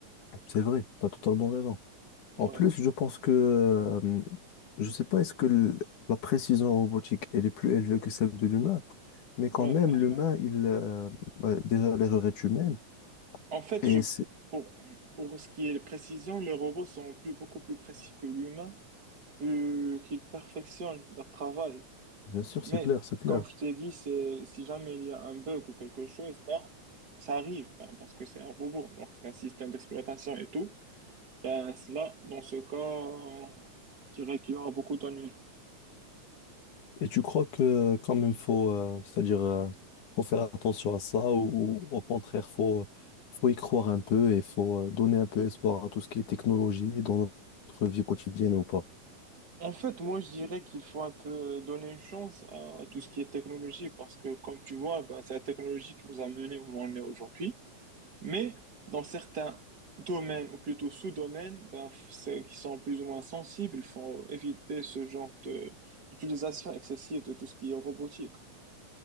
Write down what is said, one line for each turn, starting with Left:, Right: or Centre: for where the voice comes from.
Left: C'est vrai, tu as totalement raison.
Right: Ouais,
Left: En plus, je pense que, euh, je sais pas, est-ce que l- la précision robotique, elle est plus élevée que celle de l'humain, mais
Right: ouais.
Left: quand même, l'humain, il, euh, bah, déjà, l'erreur est humaine,
Right: En fait,
Left: et
Right: je,
Left: c'est,
Right: pour, pour ce qui est précision, les robots sont plus, beaucoup plus précis que l'humain. euh, qu'ils perfectionnent leur travail.
Left: bien sûr,
Right: Mais
Left: c'est clair, c'est clair.
Right: comme je t'ai dit, c'est, si jamais il y a un bug ou quelque chose, là, ça arrive ben, parce que c'est un robot, donc c'est un système d'exploitation et tout. Ben, là, dans ce cas, je dirais qu'il y aura beaucoup d'ennuis.
Left: Et tu crois que quand même, faut, euh, c'est-à-dire, euh, faut faire attention à ça, ou, ou au contraire, faut, faut y croire un peu, et faut euh, donner un peu espoir à tout ce qui est technologie dans notre vie quotidienne ou pas?
Right: En fait, moi, je dirais qu'il faut un peu donner une chance à tout ce qui est technologie parce que, comme tu vois, ben, c'est la technologie qui nous a menés où on est aujourd'hui. Mais dans certains domaines, ou plutôt sous-domaines, ben, c'est qui sont plus ou moins sensibles, il faut éviter ce genre de d'utilisation excessive de tout ce qui est robotique.